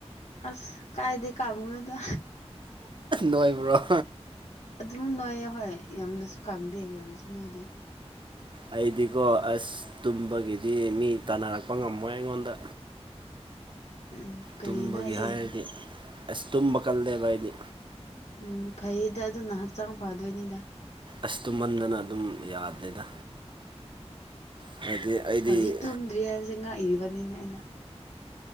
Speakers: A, on the left; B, on the right.
A: ꯑꯁ ꯀꯥꯏꯗꯩ ꯀꯪꯕꯅꯣꯗ
B: ꯅꯣꯏꯕ꯭ꯔꯣ
A: ꯑꯗꯨꯝ ꯅꯣꯏꯌꯦ ꯑꯍꯣꯏ ꯌꯥꯝꯅꯁꯨ ꯀꯪꯗꯦ ꯌꯥꯝꯅꯁꯨ ꯅꯣꯏꯗꯦ
B: ꯑꯩꯗꯤꯀꯣ ꯑꯁ ꯇꯨꯝꯕꯒꯤꯗꯤ ꯃꯤ ꯇꯥꯟꯅꯔꯛꯄ ꯉꯝꯃꯣꯏ ꯑꯩꯉꯣꯟꯗ
A: ꯎꯝ ꯀꯔꯤꯅꯣ
B: ꯇꯨꯝꯕꯒꯤ
A: ꯍꯥꯏꯁꯦ
B: ꯍꯥꯏꯔꯗꯤ ꯑꯁ ꯇꯨꯝꯕ ꯀꯜꯂꯦꯕ ꯑꯩꯗꯤ
A: ꯎꯝ ꯐꯩꯌꯦꯗ ꯑꯗꯨꯅ ꯍꯛꯆꯥꯡ ꯐꯗꯣꯏꯅꯤꯗ
B: ꯑꯁ ꯇꯨꯃꯟꯗꯅ ꯑꯗꯨꯝ ꯌꯥꯗꯦꯗ ꯍꯥꯏꯗꯤ ꯑꯩꯗꯤ
A: ꯍꯧꯖꯤꯛ ꯇꯨꯝꯗ꯭ꯔꯤ ꯍꯥꯏꯕꯁꯦ ꯉꯛꯏꯕꯅꯤꯅꯦ ꯑꯩꯅ